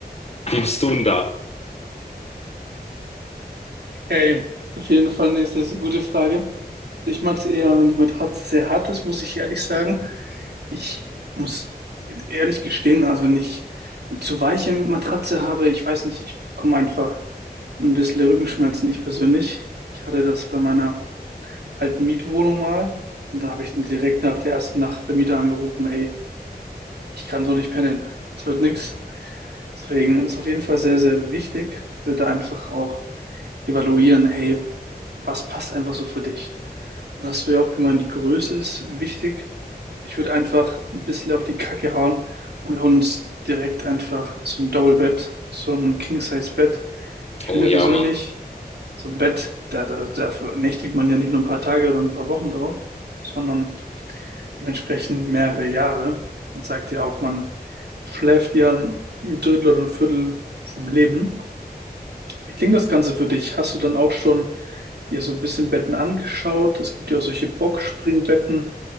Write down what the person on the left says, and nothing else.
Wie bist du denn da?
Oh
ja,
Mann.